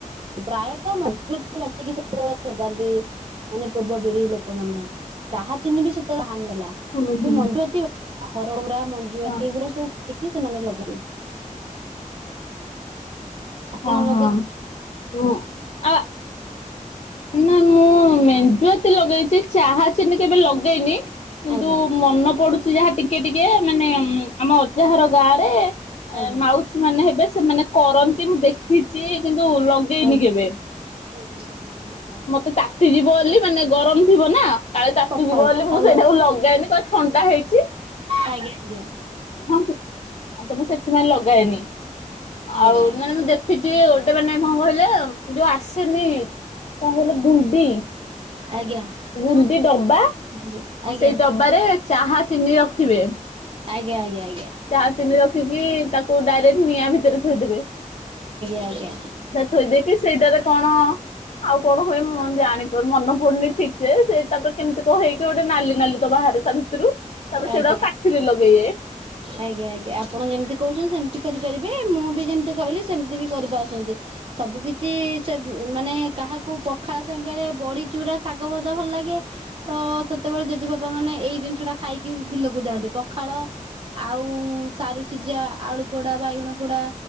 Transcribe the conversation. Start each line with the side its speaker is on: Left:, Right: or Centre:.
Right: ପ୍ରାୟତଃ ମଞ୍ଜୁଆତି ବାଟିକି ସେତେବେଳେ ଲଗାନ୍ତି। ମାନେ ପୂର୍ବ ପିଢି ଲୋକମାନୋନେ ଯହା ଚିହି ବି ସେତେବେଳେ ବାହାନ ହେଲା
Left: ହୁଁ ହୁଁ।
Right: କିୁ ମଞ୍ଜୁଆତି ଘରଗୁରା ମଞଜୁଆତି
Left: ହଁ
Right: ଏଗୁଡା ସବୁଟିକି ସେମାନେ ଲଗାଦ ଆପଣ
Left: ହ
Right: ଲଗେଇ
Left: ହଁ ହ ଆ ନା ମୁଁ ମଞ୍ଜୁଆତି ଲଗେଇଛି, ଚାହା ଚିନି କେବେ ଲଗେଇନି। କିନ୍ତୁ
Right: ଆଜ୍ଞା
Left: ମନେ ପଡୁଛି ଯାହା ଟିକେ ଟିକେ, ମାନେ ଆମ ଅଜାହାର ଗାଁ ରେ
Right: ଆଜ୍ଞା
Left: ମାଉସୀ ମାନେ ହେବେ ସେମାନେ କରନ୍ତି ମୁଁ ଦେଖିଛି କିନ୍ତୁ ଲଗେଇନି
Right: ଆଜ୍ଞା
Left: କେବେ।
Right: <unintelligible>
Left: ମତେ ତାତିଯିବ ବୋଲି, ମାନେ ଗରମ ଥିବ ନା, କାଳେ ତାତିଯିବ
Right: କଥା ହଉଛି
Left: ବୋଲି
Right: ହ୍ୟାଲୋ
Left: ମୁଁ ସେଇଟାକୁ ଲଗାଏନି। ତ ଛଣ୍ଡା ହେଇଛି।
Right: ଆଜ୍ଞା ଆଜ୍ଞା।
Left: ହଁଉ ତ ମୁଁ ସେଥିପାଇଁ ଲଗାଏନି,
Right: ଆଜ୍ଞା
Left: ଆଉ ନହଲେ ମୁଁ ଦେଖ କିଛି ଗୋଟେ ମାନ ହଣ କହିଲେ ଯୋଉ ଆସେନି। କଣ କହିଲ ଗୁଣ୍ଡି,
Right: ଆଜ୍ଞା ଆଜ୍ଞା
Left: ଗୁଣ୍ଡି
Right: ଆଜ୍ଞା।
Left: ଡବା,
Right: ଜି ଆଜ୍ଞା
Left: ସେଇ ଡବା ଚାହା ଚିନି ରଖିବେ।
Right: ଆଜ୍ଞା, ଆଜ୍ଞା, ଆଜ୍ଞା।
Left: ଚାହା ଚିନି ରଖିକି ତାକୁ ଡାଇରେକ୍ଟ ନିଆଁ ଭିତରେ ଥୋଇଦେବେ।
Right: ଆଜ୍ଞା ଆଜ୍ଞା
Left: ଥୋଇ ଦେଇକି, ସେଇଟାରେ କଣ? ଆଉ କଣ ହୁଏ ମୁଁ ଜାଣିପାରୁ ମନ ପଡୁନି ଠିକ ସେ, ସେ ତାପରେ କେମିତି କ କହିହେଇକି ଗୋଟେ ନାଲି ନାଲି ବାହାର ତା ଭିତରୁ, ତାପରେ
Right: ଆଜ୍ଞା।
Left: ସେଇଟା ପାଠିରେ ଲଗେଇବେ।
Right: ଆଜ୍ଞା ଆଜ୍ଞା, ଆପଣ ଯେମିତି କହୁଛନ୍ତି ସେମିତି କରିପାରିବେ, ମୁଁ ବି ଯେମିତି କହିଲି ସେମତି ବି କରିପାରୁଛନ୍ତି। ସବୁ କିଛି ସେ ମାନେ କାହାକୁ ପଖାଳ ସାଙ୍ଗରେ ବଡି ଚୁରା, ଶାଗ ଭଜା, ଭଲ ଲାଗେ। ତ ସେତେବେଳେ ଜେଜେବାପା ମାନେ ଏଇ ଜିନିଷ ଟା ଖାଇକି ବିଲକୁ ଯାଆନ୍ତି। ପଖାଳ ଆଉ ସାରୁ ସିଝା, ଆଳୁ ପୋଡା, ବାଇଗଣ ପୋଡା,